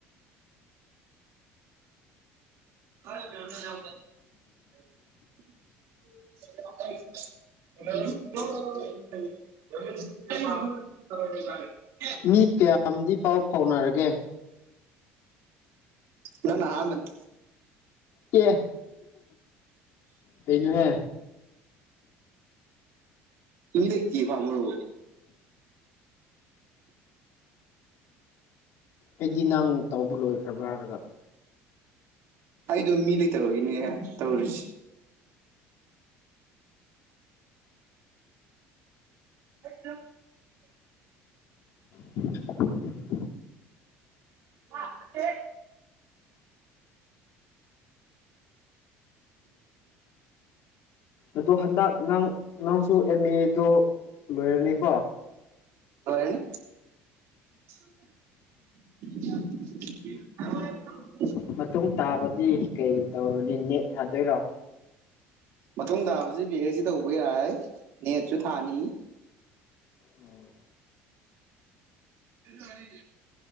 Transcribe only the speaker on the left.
ꯃꯤ ꯀꯌꯥꯝꯗꯤ ꯄꯥꯎ ꯐꯥꯎꯅꯔꯒꯦ
ꯀ ꯀꯩꯩꯅꯣ ꯍꯦ
ꯑꯩꯗꯤ ꯅꯪ ꯇꯥꯎꯕ ꯂꯣꯏꯈ꯭ꯔꯕ꯭ꯔꯥ ꯍꯥꯏꯔꯒ
<unintelligible>
ꯑꯗꯣ ꯍꯟꯗꯛ ꯅꯪ ꯅꯪꯁꯨ ꯑꯦꯝ ꯑꯦꯗꯣ ꯂꯣꯏꯔꯅꯤ ꯀꯣ
ꯃꯇꯨꯡ ꯇꯥꯕꯗꯤ ꯀꯩ ꯇꯧꯔꯨꯅꯤ ꯅꯦꯠ ꯊꯥꯗꯣꯏꯔꯣ
ꯎꯝ